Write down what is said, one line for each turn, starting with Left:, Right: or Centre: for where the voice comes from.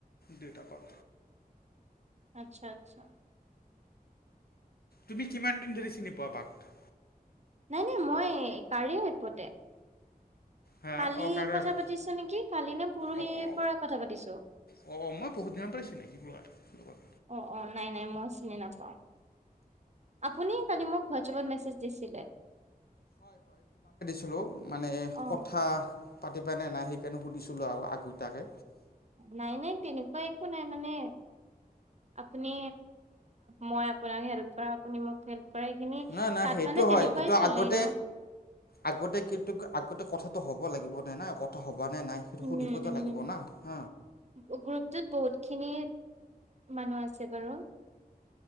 Left: দেউতাকৰ
Right: আচ্ছা আচ্ছা
Left: তুমি কিমান দিন ধৰি চিনি পোৱা বাক
Right: নাই নাই মই কাৰি এপতে
Left: হা
Right: কালি
Left: অ কাৰবাৰ
Right: কথা পাতিছো নেকি কালি নে পৰহিৰ
Left: অ অ
Right: পৰা কথা পাতিছো
Left: অ অ মই বহুত দিনৰ পৰাই চিনাকি লোৱাৰ লগত।
Right: অ অ নাই নাই মই চিনি নাপাওঁ আপুনি কালি মোক হোৱাটছাএপত মেছেজ দিছিলে
Left: হেল্ল' মানে
Right: অ
Left: কথা পাতিবা নে নাই সেইকাৰণে সুধিছিলো আৰু আগটিয়াকে
Right: নাই নাই তেনেকুৱা একো নাই মানে আপুনি মই আপোনাক হেল্প কৰা আপুনি মোক হেল্প কৰা এইখিনি
Left: নাই নাই
Right: তাত
Left: সেইটো
Right: মানে তেনেকুৱাই
Left: হয় কিন্তু
Right: চলে
Left: আগতে
Right: ন
Left: আগতে কিন্তু আগতে কথা হ'ব লাগিব নাই কথা হ' ভব নে নাই সেইটো
Right: উম
Left: সুধিবতো লাগিব
Right: উম
Left: না হ
Right: গ্ৰুপটোত বহুত খিনি মানুহ আছে বাৰু।